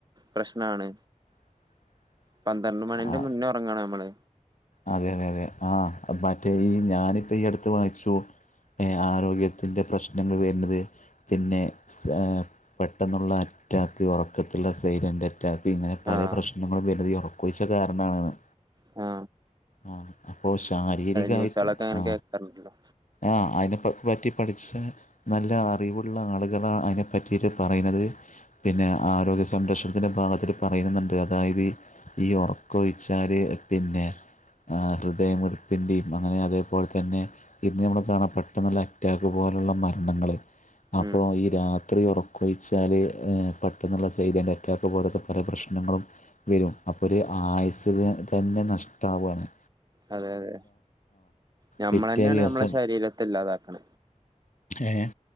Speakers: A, on the right; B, on the left.
A: പ്രശ്നാണ്
B: <inaudible>
A: പന്ത്രണ്ട് മണിന്റെ
B: ആ
A: മുന്നേ ഒറങ്ങണം നമ്മള്
B: അതെ അതെ അതെ ആ മറ്റേ ഈ ഞാനിപ്പ ഈ അടുത്ത് വായിച്ചു ആരോഗ്യത്തിന്റെ പ്രശ്നങ്ങൾ വരുന്നത് പിന്നെ ഏഹ് പെട്ടെന്നുള്ള റ്റാക്ക് ഉറക്കത്തിലുള്ള സൈലന്റ് മറ്റ ഇങ്ങനെ പല
A: ആഹ്
B: പ്രശ്നങ്ങളും വലുത ഉറക്കയിച്ച കാരണമാെന്ന്
A: ആ
B: ആ അപ്പൊ ശാരീരികമായിട്ടും
A: ന്യൂസുകളൊക്കെ അങ്ങനെ
B: ആ
A: കേൾക്കാറുണ്ടല്ലോ
B: ആ അതി പറ്റി പഠിച്ച നല്ല അറിവുള്ള ആളുകളാണ് അതിനെപ്പറ്റിയിട്ട് പറയുന്നത് പിന്നെ ആരോഗ്യ സംരക്ഷണത്തിന്റെ ഭാഗത്തിൽ പറയുന്നുണ്ട് അതായത് ഈ ഉറക്കം ഒഴിച്ചാല് പിന്നെ ഹൃദയം വെപ്പിന്റെയും അങ്ങനെ അതേപോലെ തന്നെ ഇന്ന് നമ്മൾ കാണാൻ പെട്ടുള്ള അക്റ്റാക്ക് പോ പോലുള്ള മരണങ്ങൾ അപ്പോൾ
A: ഉം
B: ഈ രാത്രി ഉറക്ക കൊഴിച്ചാൽ പെട്ടെന്നുള്ള സൈഡിൻ്റെ അറ്റാക്ക് പോലത്തെ കുറെ പ്രശ്നങ്ങളും വരും അപ്പോ ഒരു ആയുസില് തന്നെ നഷ്ടവാണ്
A: അതെ അതെ നഞമ്മൾ
B: പിറ്റേ
A: തന്നെയാണ്
B: ദിവസം
A: മ്മളെ ശരീരത്തെ ഇല്ലാതാക്കണ
B: ഏഹ്